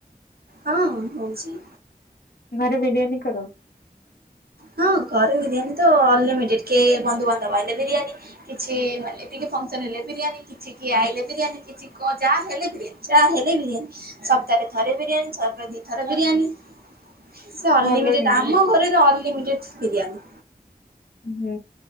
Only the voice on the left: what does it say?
ଘରେ ବିରିୟାନୀ କର?
ଭଲ କିନ୍ତୁ
ହୁଁ